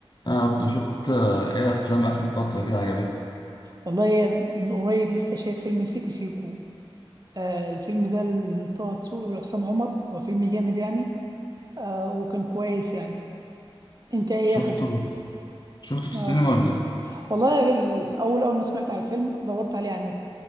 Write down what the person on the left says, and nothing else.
انا عبدو شفت آه، ايه افلام اخر فتره كده عجبتك
شفته
شفته في
السينما ولا ايه